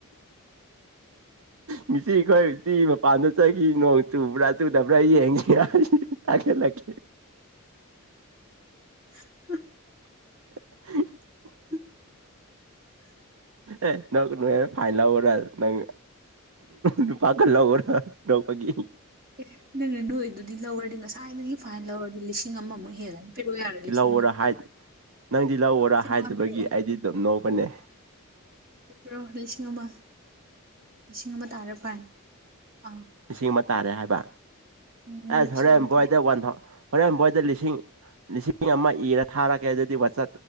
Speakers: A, on the right; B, on the right.
A: ꯃꯤꯁꯤ ꯏꯈꯁꯤ ꯄꯥꯟꯗ ꯆꯈꯤ ꯅꯣꯡ ꯆꯨꯕ꯭ꯔꯥ ꯆꯨꯗꯕ꯭ꯔꯥ ꯌꯦꯡꯉ ꯍꯥꯏ ꯇꯥꯒꯠꯂꯛꯀꯦ
B: <unintelligible> <unintelligible>
A: <unintelligible>
B: ꯍ <unintelligible>
A: ꯑꯦ ꯅꯦ ꯐꯥꯏ ꯂꯕ ꯅꯪ ꯅꯨꯄꯥꯒꯜꯂꯔ ꯅꯄꯒꯤ
B: ꯑꯦ ꯅꯪꯅꯦ ꯅꯣꯏꯗꯨꯗꯤ ꯂꯧꯔꯗꯤ ꯉꯁꯥꯏꯗꯒꯤ ꯐꯥꯏꯟ ꯂꯧꯔꯗꯤ ꯂꯤꯁꯤꯡ ꯑꯃꯃꯨꯛ ꯍꯦꯜꯂꯅꯤ ꯄꯤꯔꯛꯑꯣ ꯌꯥꯔꯣꯏ ꯂꯤꯁꯤꯡ
A: ꯔ
B: ꯑꯃ
A: ꯍꯥꯏ ꯅꯪꯗꯤ ꯂꯧꯑꯣꯔꯥ
B: ꯂꯤꯁꯤꯡ
A: ꯍꯥꯏꯗꯕꯒꯤ
B: ꯑꯃ ꯄꯤꯔꯛꯑꯣ
A: ꯑꯩꯗꯤ ꯑꯗꯨꯝ ꯅꯣꯛꯧꯕꯅꯦ
B: ꯄ꯭ꯔꯣ ꯂꯤꯁꯤꯡ ꯑꯃ ꯂꯤꯁꯤꯡ ꯑꯃ ꯇꯥꯔꯦ ꯐꯔ ꯑꯥ
A: ꯂꯤꯁꯤꯡ ꯑꯃ ꯇꯥꯔꯦ ꯍꯥꯏꯕ
B: <unintelligible>
A: ꯑꯁ
B: ꯄꯩꯁꯥ
A: ꯍꯣꯔꯦꯟ
B: ꯌꯥꯝ ꯄꯥꯏ
A: ꯕꯣꯏꯗ ꯋꯥꯟ ꯍꯣꯔꯦꯟ ꯕꯣꯏꯗ ꯂꯤꯁꯤꯡ ꯂꯤꯁꯤꯡ ꯑꯃ ꯏꯔ ꯊꯥꯔꯛꯀꯦ ꯑꯗꯨꯗꯤ ꯋꯥꯆ